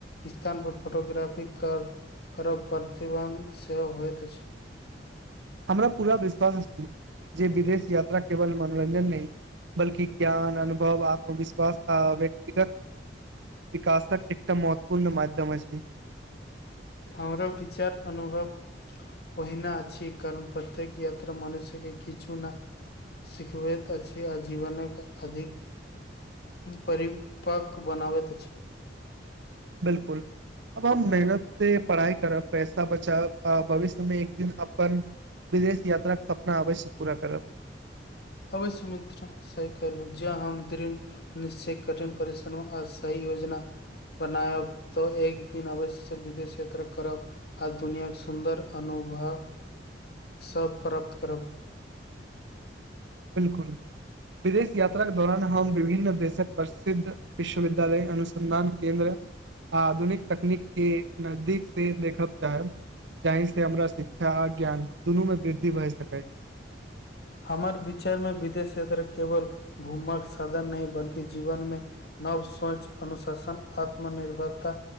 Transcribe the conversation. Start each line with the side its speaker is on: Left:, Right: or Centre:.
Left: स्थान पर फोटोग्राफी कर करब प्रतिबंध सेहो होइत अछि।
Right: हमरा पूरा विश्वास अछि जे विदेश यात्रा केवल मनोरंजन नैय अइय। बल्कि ज्ञान अनुभव आत्मविश्वास आ व्यक्तिगत। विकाशक एकटा महत्वपूर्ण माध्यम अछि।
Left: हमर विचार अनुभव। ओहिना छी कारण प्रत्येक यात्रा मनुष्य के किछु ना। सिखबैत अछि जीवनक अधिक। परिपक्व बनाबैत अछि।
Right: बिल्कुल। अब हम मेहनत से पढ़ाई करब पैसा बचाब भविष्य मे एक दिन अपन। विदेश यात्रा के सपना अवश्य पूरा करब।
Left: अबै सुमित्र से कहलहु जा हम द्रम। निश्चय कठिन परिश्रम। आ सही योजना बनायब तऽ एक दिन अवश्य विदेश यात्रा करब। आ दुनियाके सुन्दर अनुभव सभ प्राप्त करब।
Right: बिल्कुल विदेश यात्रा के दौरान हम विभिन्न देशक प्रसिद्ध। विश्वविद्यालय अनुसन्धान केन्द्र। आधुनिक तकनीक के नजदीक से देखब चाहब। जाहिसँ हमरा शिक्षा आ ज्ञान दुनूमे वृद्धि भऽ सकैय
Left: हमर विचार मे विदेश यात्रा केवल घुमकऽ साधन नहि बल्कि जीवन मे नव सोच अनुशासन आत्म निर्भरता।